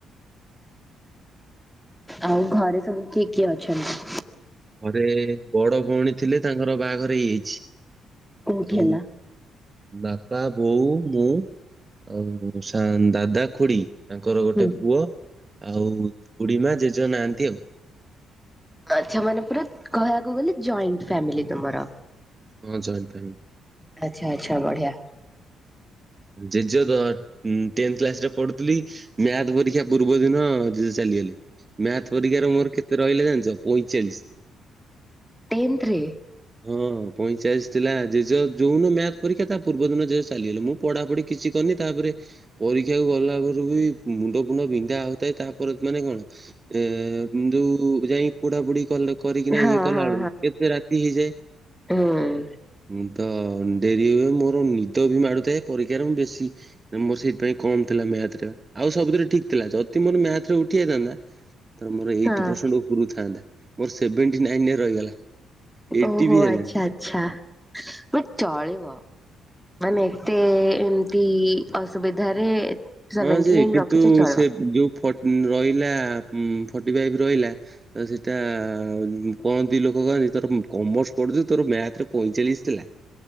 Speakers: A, in the centre; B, on the right (about 25°).
A: ଆଉ ଘରେ ସବୁ କିଏ କିଏ ଅଛନ୍ତି?
B: ଗୋଟେ ଘରେ ବଡ ଭଉଣୀ ଥିଲେ ତାଙ୍କର ବାହାଘର ହେଇଯାଇଛି।
A: କୋଉଠି ହେଲା?
B: ଆଉ ବାପା ବୋଉ ମୁଁ ଆଉ ସାଂ ଦାଦା ଖୁଡି ତାଙ୍କର ଗୋଟେ
A: ହୁଁ।
B: ପୁଅ ଆଉ ଖୁଡିମା ଜେଜ ନାହାନ୍ତି ଆଉ।
A: ଆଛା ମାନେ ପୁରା କହିବାକୁ ଗଲେ ଜଏଣ୍ଟ ଫ୍ୟାମିଲି ତମର।
B: ହଁ ଜଏଣ୍ଟ ଫ୍ୟାମିଲି।
A: ଆଚ୍ଛା ଆଚ୍ଛା ବଢ଼ିଆ
B: ଜେଜ ଟେନ କ୍ଲାସ ରେ ପଢୁଥିଲି ମ୍ୟାଥ ପରୀକ୍ଷା ପୂର୍ବ ଦିନ ଜେଜେ ଚାଲିଗଲେ। ମ୍ୟାଥ ପରୀକ୍ଷାରେ ମୋର କେତେ ରହିଲା ଜାଣିଛ ପଇଁଚାଳିଶ।
A: ଟେନ୍ଥରେ
B: ହଁ ପଇଁଚାଳିଶ ଥିଲା ଜେଜ ଯୋଉନ ମ୍ୟାଥ ପରୀକ୍ଷା ତା ପୂର୍ବ ଦିନ ଜେଜେ ଚାଲିଗଲେ ମ। ପଢାପଢି କିଛି କରିନି ତାପରେ ପରୀକ୍ଷାକୁ ଗଲା ପରେ ବି ମୁଣ୍ଡ ଫୁଣ୍ଡ ବିନ୍ଧା ହଉଥାଏ ତାପରେ ମାନେ କଣ ଏ ଯୋଉ ଯାଇ ପୁଡାପୁଡି କଲେ କରିକିନା
A: ହଁ
B: ଇଏ କଲା
A: ହଁ
B: ବେଳକୁ କେତେ ରାତି ହେଇଯାଏ।
A: ହଁ।
B: ହୁଁ ତ ଡେରି ହୁଏ ମୋର ନିଦ ବି ମାଡୁଥାଏ ପରୀକ୍ଷାରେ ମୁ ବେଶୀ ମୋର ସେଇଥିପାଇଁ କମ ଥିଲା ମ୍ୟାଥଟା। ଆଉ ସବୁଥିରେ ଠିକ ଥିଲା ଯଦି ମୋର ମ୍ୟାଥରେ ଉଠି ଯାଇଥାନ୍ତା ତେଣୁ ମୋର ଏଇଟ
A: ହଁ
B: ପରସଣ୍ଟ ଉପରୁ ଥାନ୍ତା ମୋର ସେଭେଣ୍ଟି ନାଇନରେ ରହିଗଲା। ଏଇଟି
A: ଓହୋ
B: ବି ହେଲାନି।
A: ଆଚ୍ଛା ଆଚଛା ବଟ ଚଳିବ। ମାନେ ଏତେ ଏମିତି ଅସୁବିଧାରେ ସେଭେଣ୍ଟି
B: ହଁ ଯେ
A: ନାଇନ
B: କିନ୍ତୁ
A: ରଖିଛ ଚଳିବ।
B: ସେ ଯୋଉଫ ରହିଲା ଫର୍ଟି ଫାଇଭ ରହିଲା ତ ସେଇଟା କହନ୍ତି ଲୋକ କହନ୍ତି ତୋର କମର୍ସ ପଢୁଚୁ ତୋର ମ୍ୟାଥରେ ପଇଁଚାଳିଶ ଥିଲା।